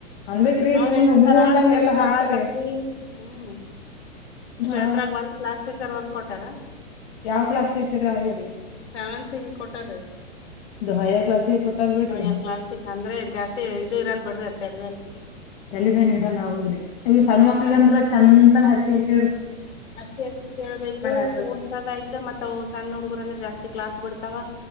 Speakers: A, on the left; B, on the left.
A: ಅನ್ಬೇಕ್ರಿ
B: ಅವ್ರ
A: ಸುಮ್
B: ಏನಂತಾರ
A: ಹೂ ಅಂದಂಗ
B: ಸೆಂತ್
A: ಎಲ್ಲಾ ಹಾಕ್ತಾರೆ
B: ಬಾಳದಲ್ರರಿ ಹ್ಮ್ ಅಷ್ಟ
A: ಹಾ
B: ಅಂದ್ರಾಗ ಬಂದ ಕ್ಲಾಸ್ ಟೀಚರ್ ವರ್ಕ್ ಕೊಟ್ಟಾರ
A: ಯಾವ ಕ್ಲಾಸ್ ಟೀಚರ್ ಯ ಆೆ
B: ಸೆವೆಂತ್ಗೆ ಕೊಟಾರೀ
A: ಇದು ಹೈಯರ್ ಕ್ಲಾಸಿಗೆ ಕೊಟ್ಟಾರ ಬಿಡ್ರಿ
B: ಹಾರ್ ಕ್ಲಾಸ್ ಅಂದ್ರೆ ಜಾಸ್ತಿ ಇ ಇರಲ್ ಬಿಡ್ರಿತ್ತ ಅಲ್ ಮೇಲೆ
A: ತಲೆಬೇನ್ ಇರಲ್ಲದ್ರಿ ಇವ ಸಣ್ಣ ಮಕ್ಳಿಗೆಗ
B: ಹ್ಮ್
A: ಅಂದ್ರ ಚಂದನ ಹಚ್ಚಿ ಹಚ್ಚಿ
B: ಅಚ್ಚಿ ಅಚ್ಚಿ ಕೇಳ್ಬೇಕು
A: ಆಗ್ತದೆ
B: ಕೂರ್ಸದ ಆಯ್ತು ಮತ್ ಅವು ಸಣ್ಣ ಹುಡುಗರ್ ಅಂದ್ರೆ ಜಾಸ್ತಿ ಕ್ಲಾಸ್ ಬಿಡ್ತಾವ